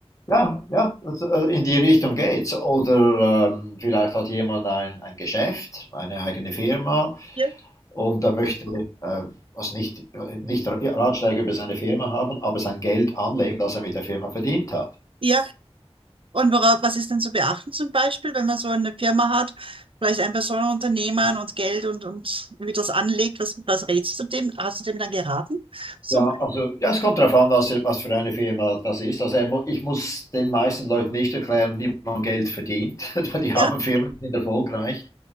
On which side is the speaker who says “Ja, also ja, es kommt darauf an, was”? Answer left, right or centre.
Left